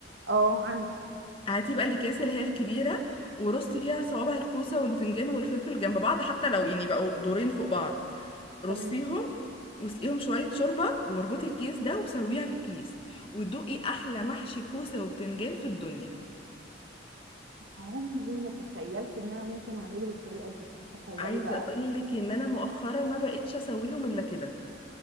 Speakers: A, on the right (about 70°); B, on the left (about 30°).
A: اه عندي
B: هاتي بقى الاكياس اللي هي الكبيره ورصي فيها صوابع الكوسه والبتنجان والفلفل جنب بعض حتى لو يعني بقوا دورين فوق بعض رصيهم
A: تمام
B: واسقيهم شويه شوربه واربطي الكيس ده وسويها في الكيس وتدوقي احلى محشي كوسه وبتنجان في الدنيا
A: عمري ما تخيلت ان انا ممكن اعمله بالطريقه دي تخيلي
B: عايزه
A: بقى
B: اقول لك ان انا مؤخرا ما بقتش اسويهم الا كده